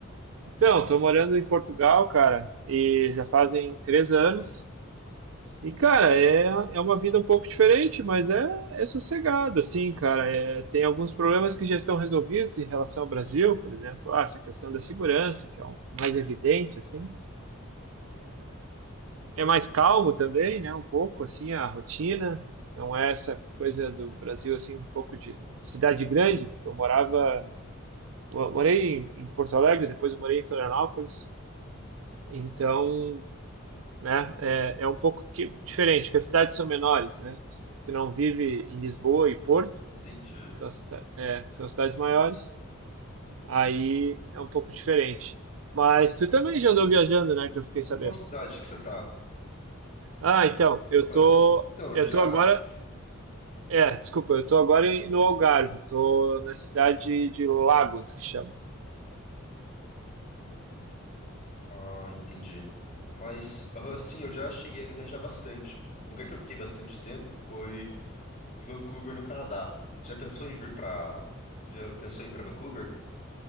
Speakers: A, on the right; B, on the left.
A: Então, tô morando em Portugal, cara, e já fazem três anos. E, cara, é, é uma vida um pouco diferente, mas é, é sossegado, assim, cara. É, tem alguns problemas que já estão resolvidos em relação ao Brasil, por exemplo, ah, essa questão da segurança, que é o mais evidente, assim. É mais calmo também, né? Um pouco assim a rotina, não é essa coisa do Brasil assim um pouco de cidade grande, porque eu morava, mo- morei em em Porto Alegre, depois eu morei em Florianópolis, então, né? É, é um pouco que, diferente, porque as cidades são menores, né? Se tu não vive em Lisboa e Porto,
B: Entendi.
A: que são, as cida- é, que são as cidades maiores, aí é um pouco diferente. Mas tu também já andou viajando, né? Que eu fiquei
B: Em
A: sabendo.
B: qual cidade que você tá?
A: Ah, então, eu
B: Opa,
A: tô,
B: então,
A: eu
B: eu já...
A: tô agora
B: vi-
A: É, desculpa, eu tô agora em- no Algarve, tô na cidade de Lagos, que chama.
B: Ah, entendi. Mas, aham, sim, eu já cheguei a viajar bastante. Um lugar que eu fiquei bastante tempo foi Vancouver no Canadá. Já pensou em vir pra. Já pensou em ir pra Vancouver?